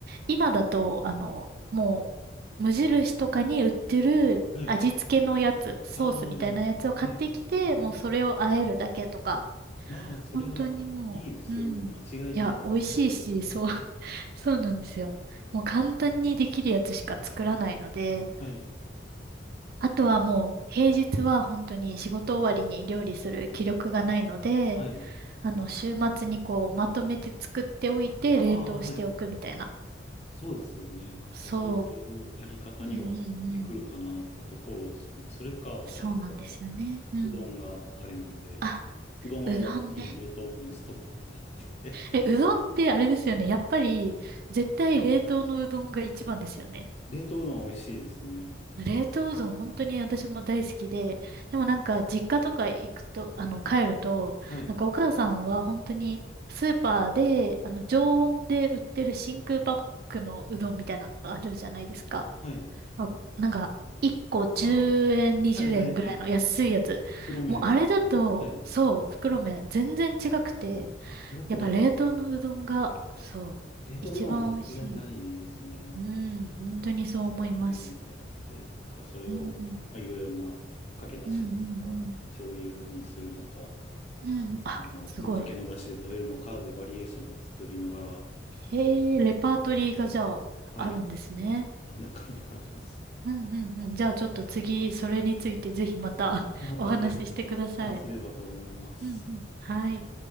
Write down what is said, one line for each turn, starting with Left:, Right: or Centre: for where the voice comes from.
Right: 今だと、あの、もう、無印とかに売ってる味付けのやつ、
Left: はい。
Right: ソースみたいなやつを買ってきて、
Left: ああ、はい。
Right: もうそれを和えるだけとか、
Left: まあ、それが
Right: 本当にもう、
Left: いいですよね。
Right: うん。
Left: 間違いないし。
Right: いや、美味しいし、そう、
Left: はい。
Right: <laughs> そうなんですよ。もう簡単にできるやつしか作らないので、
Left: はい。
Right: あとはもう平日は本当に仕事終わりに料理する気力がないので、
Left: はい。
Right: あの、週末にこう、まとめて作っておいて、冷凍しておくみたいな。
Left: ああ、はい。そうですよね。やっぱそういうやり方にはなってくるかなってところですね。
Right: そう。うんうんうん。
Left: それか、私は、
Right: そうなんですよね。うん。
Left: うどんがあれなんで、
Right: あ、
Left: うどんはもう常に冷凍庫にストックしてあって
Right: うどんね。え、うどんってあれですよね。やっぱり、絶対冷凍のうどんが一番ですよね。
Left: <laughs> 冷凍うどんは美味しいですね。
Right: 冷凍うどん本当に私も大好きで、でもなんか実家とか行くと、あの、帰ると、
Left: はい。
Right: なんかお母さんは本当にスーパーで、あの、常温で売ってる真空パックのうどんみたいなのあるじゃないですか。
Left: はい。
Right: あなんか、1個10円、
Left: ああ、
Right: 20円ぐらいの安いやつ。
Left: はいはいはいはい。袋麺。
Right: もうあれだと、
Left: はい。
Right: そう、袋麺全然違くて、
Left: あれとはやっぱ、
Right: やっぱ冷凍のうどんが、そう、
Left: 冷凍うどんは間違いないですね。
Right: 一番美味しい。うん、本当にそう思います。
Left: 形っていうのがあって、なんかそれをまあいろいろなかけだしなのか、
Right: うん、うん、うん、
Left: 醤油にするのか、
Right: うん。うん、あ、
Left: あの、
Right: すごい。
Left: ぶっかけのだしで食べるのかでバリエーションも作りながら、
Right: へえ、レパートリーがじゃあ、
Left: はい、
Right: あるんですね。
Left: なんだかんだあります。
Right: うん、うん、うん。じゃあちょっと次、それについてぜひまた
Left: まあまた、
Right: <laughs> お話ししてください。
Left: はい、話せればと思います。
Right: うん、うん。はい。